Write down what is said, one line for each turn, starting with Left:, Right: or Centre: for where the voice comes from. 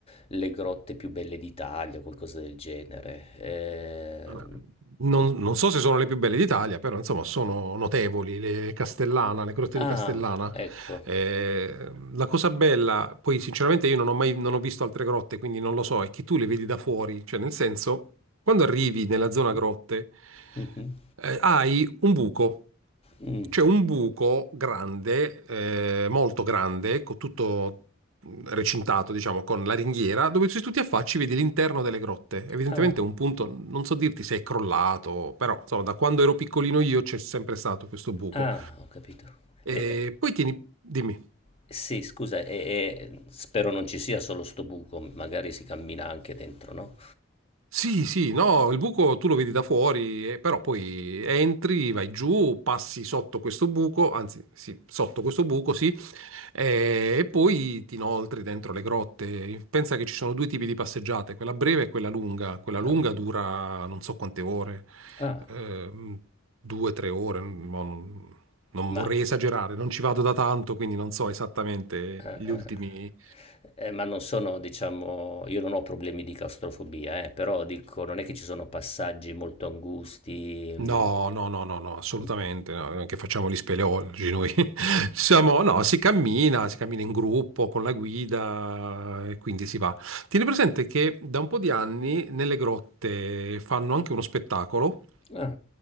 Left: le grotte più belle d'Italia, qualcosa del genere. Eh,
Right: Non, non so se sono le più belle d'Italia, però insomma sono notevoli, le Castellana, le grotte
Left: ah,
Right: di Castellana.
Left: ecco.
Right: Eh, la cosa bella, poi sinceramente io non ho mai non ho visto altre grotte, quindi non lo so, è che tu le vedi da fuori, cioè nel senso, quando arrivi nella zona grotte,
Left: Mhm,
Right: eh, hai un buco.
Left: mm.
Right: C'è un buco grande, eh, molto grande, con tutto mh, recintato, diciamo, con la ringhiera, dove se tu ti affacci vedi l'interno delle grotte. Evidentemente
Left: Ah,
Right: è un punto, non so dirti se è crollato, però insomma, da quando ero piccolino io c'è sempre stato questo buco.
Left: ah, ho capito.
Right: E
Left: Eh, eh,
Right: poi tieni, dimmi.
Left: sì, scusa, eh, eh, spero non ci sia solo sto buco, magari si cammina anche dentro, no?
Right: Sì, sì, no, il buco tu lo vedi da fuori, eh, però poi entri, vai giù, passi sotto questo buco, anzi, sì, sotto questo buco, sì, eh, e poi ti inoltri dentro le grotte. Pensa che ci sono due tipi di passeggiate, quella breve e quella lunga. Quella
Left: Ah.
Right: lunga dura non so quante ore,
Left: Ah.
Right: ehm, due, tre ore, mo non non
Left: Ma
Right: vorrei esagerare, non ci vado da tanto, quindi non so esattamente
Left: eh,
Right: gli
Left: eh,
Right: ultimi
Left: eh, ma non sono, diciamo io non ho problemi di claustrofobia, eh, però dico, non è che ci sono passaggi molto angusti, mhmm
Right: No, no, no, no, no, assolutamente,
Left: Mh-mh.
Right: no, non è che facciamo gli speleologi noi. <laughs> Siamo, no, si cammina, si cammina in gruppo con la guida e quindi si va. Tieni presente che da un po' di anni nelle grotte fanno anche uno spettacolo,
Left: Ah,